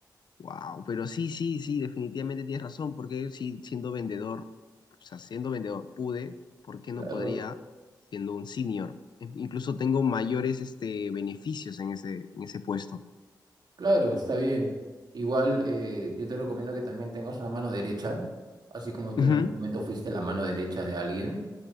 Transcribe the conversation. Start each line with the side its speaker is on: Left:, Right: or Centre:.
Left: Wow, pero sí, sí, sí, definitivamente tienes razón, porque si siendo vendedor, o sea, siendo vendedor pude, ¿por qué
Right: Claro,
Left: no podría siendo un senior? E- Incluso tengo mayores este, beneficios en ese, en ese puesto.
Right: claro, está bien. Igual eh, yo te recomiendo que también tengas una mano derecha, así como tú
Left: Ujú,
Right: en algún momento fuiste la mano derecha de alguien